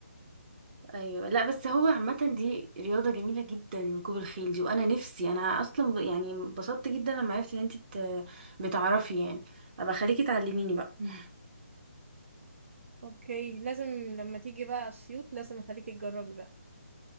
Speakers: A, on the right; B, on the right.
A: ايوه لا بس هو عامة دي رياضة جميلة جدا ركوب الخيل دي وانا نفسي انا اصلا ب- يعني انبسطت جدا لما عرفت ان انت بت... بتعرفي يعني ابقى خليكي تعلميني بقى <laughs>
B: اوكي لازم لما تيجي بقى اسيوط لازم اخليكي تجربي بقى